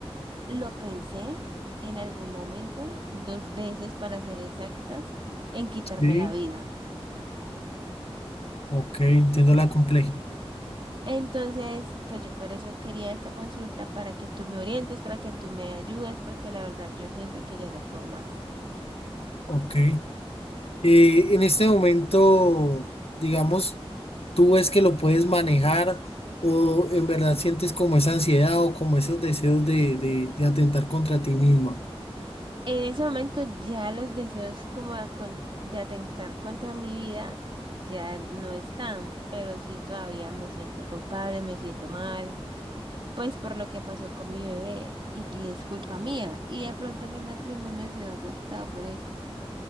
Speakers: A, on the right; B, on the left.
A: lo pensé en algún momento, dos veces para ser exactas, en quitarme
B: sí.
A: la vida.
B: Ok, entiendo la complejidad.
A: Entonces, pues yo por eso quería esta consulta para que tú me orientes, para que tú me ayudes, porque la verdad yo siento que ya no puedo más.
B: Ok. Eh, en este momento, digamos, tú ves que lo puedes manejar o en verdad sientes como esa ansiedad o como esos deseos de, de- de atentar contra ti misma.
A: En ese momento ya los deseos como de, acon- de atentar contra mi vida ya no están, pero sí todavía me siento culpable, me siento mal, pues por lo que pasó con mi bebé y es culpa mía. Y de pronto mi matrimonio se ve afectado por eso.